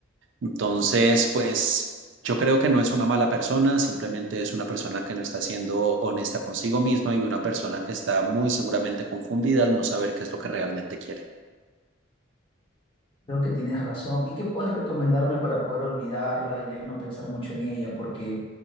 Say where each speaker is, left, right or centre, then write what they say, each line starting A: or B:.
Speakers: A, on the right; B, on the left.
A: Entonces, pues yo creo que no es una mala persona, simplemente es una persona que no está siendo honesta consigo misma y una persona que está muy seguramente confundida al no saber qué es lo que realmente quiere.
B: Creo que tienes razón. ¿Y qué puedes recomendarme para poder olvidarla y ya no pensar mucho en ella? Porque